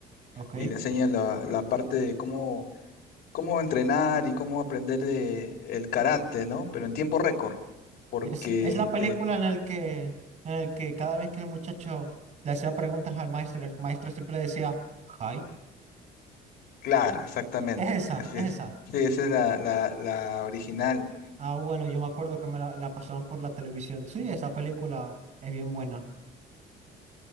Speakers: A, on the right; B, on the left.
A: Ok.
B: Y le enseña la, la parte de cómo, cómo entrenar y cómo aprender de, el karate, ¿no? Pero en tiempo récord, porque,
A: Es, es la película
B: eh,
A: en el que, en el que cada vez que el muchacho le hacía preguntas al maestro, el maestro siempre le decía, hi.
B: claro, exactamente,
A: Es esa,
B: así
A: es
B: es.
A: esa.
B: Sí, esa es la, la, la original,
A: Ah, bueno, yo me acuerdo que me la, la pasaban por la televisión. Sí, esa película es bien buena.